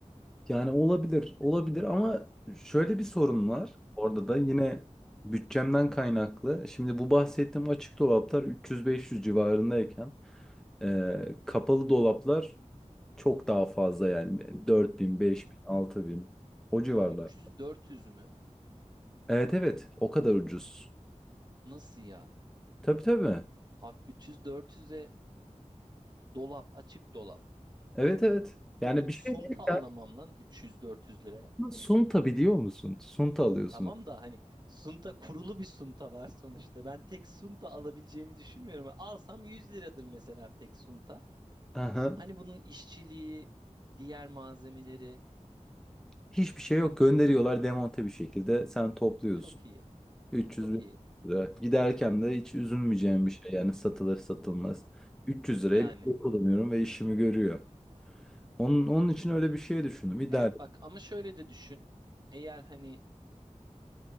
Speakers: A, in the centre; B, on the right.
A: Yani olabilir. Olabilir ama şöyle bir sorun var. Orada da yine bütçemden kaynaklı. Şimdi bu bahsettiğim açık dolaplar 300-500 civarındayken e, kapalı dolaplar Çok daha fazla yani dört bin beş bin altı bin o civarlar.
B: 300-400 mü?
A: Evet evet o kadar ucuz.
B: Nasıl ya?
A: Tabii tabii.
B: Abi 300-400'e dolap açık dolap.
A: Evet evet. Yani
B: Oğlum
A: bir
B: sunta
A: şey değil
B: alamam
A: ya.
B: lan 300-400 liraya.
A: Sunta biliyor musun? Sunta alıyorsun.
B: Tamam da hani sunta kurulu bir sunta var sonuçta. Ben tek sunta alabileceğimi düşünmüyorum. Alsam 100 liradır mesela tek sunta.
A: Aha.
B: Hani bunun işçiliği, diğer malzemeleri
A: Hiçbir şey yok. Gönderiyorlar demonte bir şekilde. Sen topluyorsun.
B: çok iyi.
A: 300
B: Çok
A: bin
B: iyi.
A: lira. Giderken de hiç üzülmeyeceğim bir şey. Yani satılır satılmaz. 300
B: Yani
A: liraya bir şey kullanıyorum ve işimi görüyor. Onun, onun için öyle bir şey düşündüm. İdare.
B: evet bak ama şöyle de düşün. Eğer hani